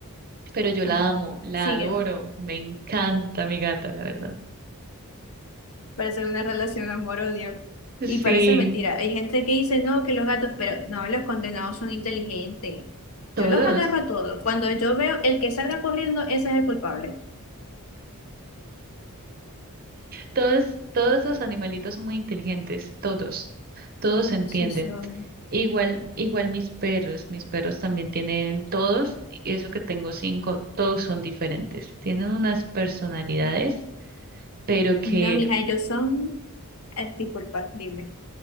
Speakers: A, on the right; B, on the left.
A: pero yo la
B: Ajá.
A: amo, la
B: Siguen.
A: adoro, me encanta mi gata, la verdad.
B: Parece una relación amor-odio.
A: Sí,
B: Y parece mentira. Hay gente que dice, no, que los gatos, pero no, los condenados son inteligentes.
A: todos.
B: Yo los agarro a todos. Cuando yo veo el que salga corriendo, ese es el culpable.
A: Todos, todos los animalitos son muy inteligentes, todos, todos se entienden.
B: Sí, son.
A: Igual, igual mis perros, mis perros también tienen todos, y eso que tengo cinco, todos son diferentes. Tienen unas personalidades, pero que,
B: No, mija, ellos son. eh, disculpa, dime.